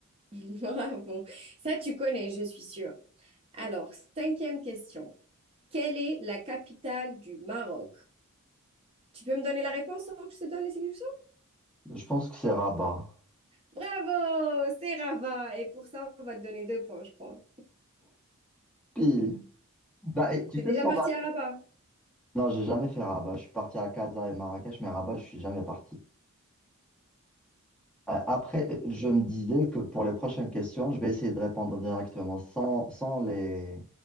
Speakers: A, on the right (about 25°); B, in the centre.
A: <laughs> Bravo. Ça, tu connais, je suis sûre. Alors, cinquième question. Quelle est la capitale du Maroc? Tu peux me donner la réponse sans que je te donne les solutions?
B: Je pense que c'est Rabat.
A: Bravo, c'est Rabat. Et pour ça, on va te donner deux points, je crois.
B: Whoopi. Bah, et tu
A: T'es
B: sais
A: déjà
B: ce qu'on
A: parti
B: va...
A: à Rabat?
B: Non, j'ai jamais fait Rabat. Je suis parti à Casa et Marrakech, mais Rabat, je suis jamais parti. Euh, Après, je me disais que pour les prochaines questions, je vais essayer de répondre directement sans, sans les,